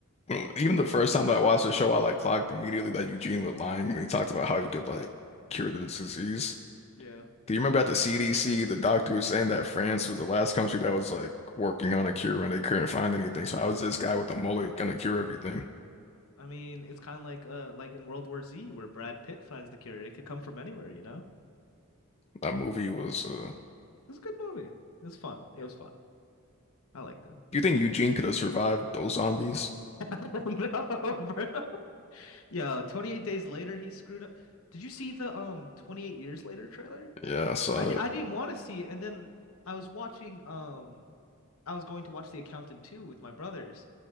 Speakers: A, on the left; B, on the left.
A: When- Even the first time that I watched the show, I like clocked immediately that Eugene was lying when he talked about how you could like cure the disease.
B: Yeah.
A: Do you remember at the CDC, the doctor was saying that France was the last country that was like working on a cure and they couldn't find anything. So how is this guy with a mullet gonna cure everything?
B: I mean, it's kind of like uh like in World War Z where Brad Pitt finds the cure. It could come from anywhere, you know?
A: That movie was, uh,
B: It's a good movie. It was fun. It was fun. I liked it. <laughs>
A: do you think Eugene could have survived those zombies?
B: Oh no, bro. Yo, 28 days later he screwed up. Did you see the um 28 years later trailer?
A: Yeah, I saw
B: I di-
A: it.
B: I didn't want to see it and then I was watching um I was going to watch The Accountant 2 with my brothers